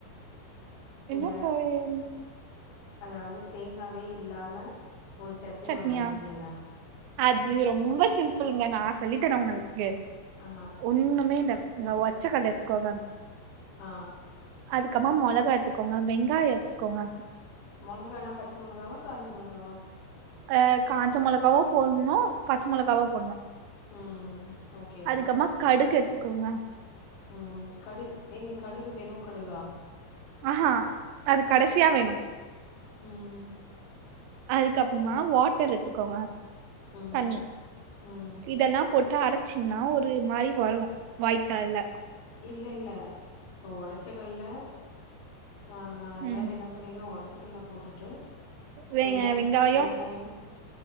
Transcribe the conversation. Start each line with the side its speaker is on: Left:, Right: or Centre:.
Left: இந்த
Right: என்ன துவையல்
Left: அதாவ்து தேங்காவே இல்லாம ஒன்னு சட்னி
Right: சட்னியா
Left: ஒன்னு அரைப்பீங்கல்ல
Right: அது ரொம்ப சிம்பிளுங்க நா சொல்லி தரே உங்களுக்கு
Left: ஆ
Right: ஒன்னுமே இல்ல நீங்க ஒச்சக்கட்ல எட்த்துக்கோங்க
Left: ஆ
Right: அதுக்கமா மெளகா எட்த்துக்கோங்க வெங்காய எட்த்துக்கோங்க
Left: மெளகானா பச்ச மொளகாவா காஞ்ச மொளகாவா
Right: அ காஞ்ச மொளகாவு போட்ணு பச்ச மொளகாவு போட்ணு
Left: ம் ஓகே ஓகே.
Right: அதுக்கமா கடுகு எட்த்துக்கோங்க
Left: ம் கடுகு ஏங்க கடுகு வெறு கடுகா
Right: ஆ ஹா அது கடசியா வேணு
Left: ம்
Right: அதுக்கப்பமா வாட்டர் எட்த்துக்கோங்க
Left: ம்
Right: தண்ணி
Left: ம்.
Right: இதெல்லா போட்டு அரைச் சீங்னா ஒரு மாரி வரு ஒயிட் கலர்ல
Left: இல்ல இல்ல இப்ப ஒடச்சகட்ல ஆ
Right: ம்
Left: வேற என்ன சொ சொன்னீங்க ஒடச்சக்கட்ல போட்டுட்டு
Right: வேங்க
Left: வெங்காயம்
Right: வெங்காய
Left: வெங்காயம்